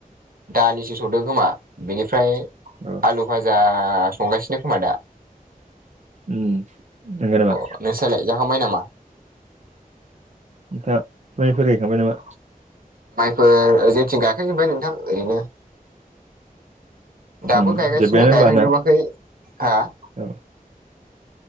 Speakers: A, on the right (about 75°); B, on the right (about 50°).
A: दालिसो सौदो खोमा बेनिफ्राय
B: अ
A: आलु बाजा संगासिनो खोमा दा
B: उम नंगोनामा?
A: अ नोंस्रालाय जाखांबाय नामा?
B: सा माइफोर गायखांबाय नामा?
A: माइफोर ओ जोंथिं गायखायजोबबाय नोंथां ओरैनो दाबो
B: उम
A: गायगासिनो
B: जोब्बायानो होमबा
A: गायहांजोबाखै
B: ना
A: हा
B: औ